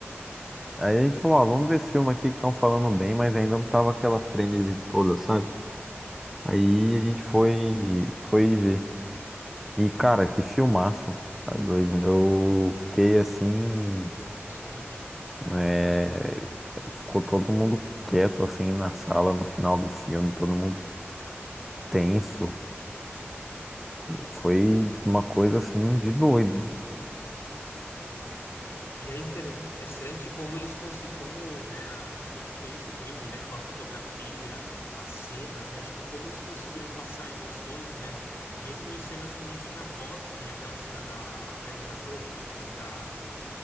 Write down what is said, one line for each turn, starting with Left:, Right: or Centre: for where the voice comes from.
Centre: Aí a gente falou, ó, vamos ver esse filme aqui que estão falando bem, mas ainda não tava aquela frenesi toda, sabe? Aí a gente foi, foi ver.
Left: Aham,
Centre: E, cara, que filmaço. Tá doido. Eu fiquei assim.
Left: Foi emocionante.
Centre: é, Ficou todo mundo quieto, assim, na sala, no final do filme, todo mundo tenso. Foi uma coisa, assim, de doido.
Left: E, e é interessante como eles conseguem, como, né, a- quem fez o filme, né, com a fotografia, as cenas, né, tipo, como eles conseguiram passar emoções, né, mesmo em cenas que não tinha voz, que nem aquela cena da Fernanda Torres no final, da,